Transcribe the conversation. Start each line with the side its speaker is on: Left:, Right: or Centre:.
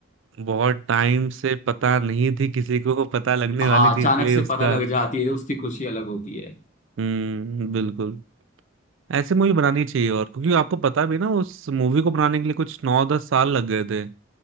Right: बहुत टाइम से पता नहीं थी किसी को पता लगने
Left: हाँ
Right: वाली थी
Left: अचानक
Right: इसलिए
Left: से
Right: उसका
Left: पता लग जाती है उसकी खुशी अलग होती है
Right: हम्म बिल्कुल ऐसे मूवी बनानी चाहिए और क्योंकि आपको पता भी है ना उस मूवी को बनाने के लिए कुछ नौ दस साल लग गए थे